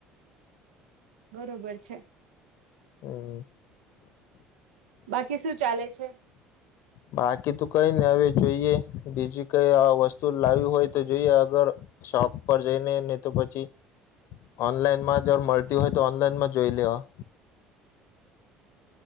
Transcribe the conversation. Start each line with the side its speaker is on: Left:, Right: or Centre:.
Right: બરોબર છે.
Left: હમ્મ.
Right: બાકી શું ચાલે છે?
Left: બાકી તો કઈ નહિ. હવે જોઈએ બીજી કઈ વસ્તુ લાવી હોય તો, જોઈએ અગર શોપ પર જઈને ને તો પછી, ઓનલાઈનમાં જ મળતી હોય તો ઓનલાઈનમાં જોઈ લેવા.